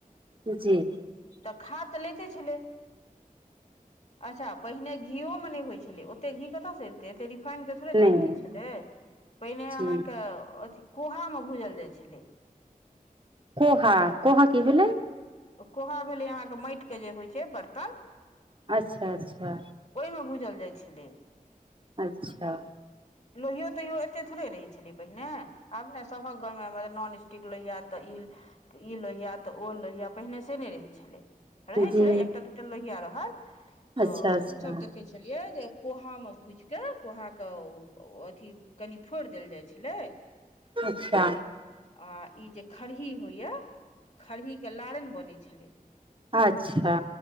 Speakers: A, on the right; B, on the left.
A: जी
B: तऽ खा तऽ लेते छलै अच्छा पहिने घी यो मे नय होइ छले ओते घी कतऽ स ऐ एते रिफाइनड के थोड़े
A: नहि
B: चलती छलै पहिने
A: जी
B: अहाँके अथि कोहा मऽ भूजल जाइ छलै
A: कोहा कोह कि भेलेय
B: कोहा भेलै अहाँके माइट के जे होइ छै बर्तन
A: अच्छा अच्छा
B: ओय मे बुझल जाइ छलै
A: अच्छा
B: लोहियो तैयो एते थोड़े रहै छलै पहिने आब ने सभक घर मे नॉन स्टिक लोहिया तऽ ईल ई लोहिया तऽ ओ लोहिया पहिने से नय रहै छलै रहै
A: जी
B: छलै एकटा दूटा लोहिया रह
A: अच्छा
B: तऽ
A: अच्छा
B: हमसभ देखै छलियै जे कोहा मे भुज क कोहा के अथी कनि फोड़ देल जाइ छलै
A: अच्छा
B: आ ई जे खरही होइए खरही के लारैन बनै छलै
A: अच्छा